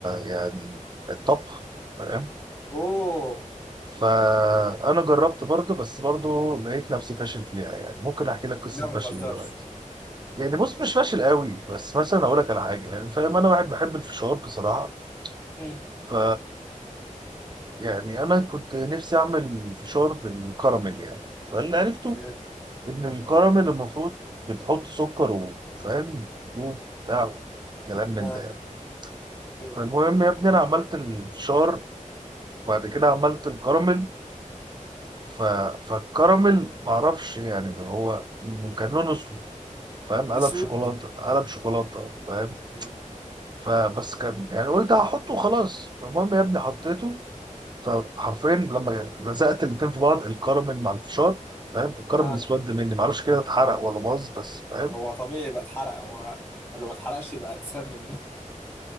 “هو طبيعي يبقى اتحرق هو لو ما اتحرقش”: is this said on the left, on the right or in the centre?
Left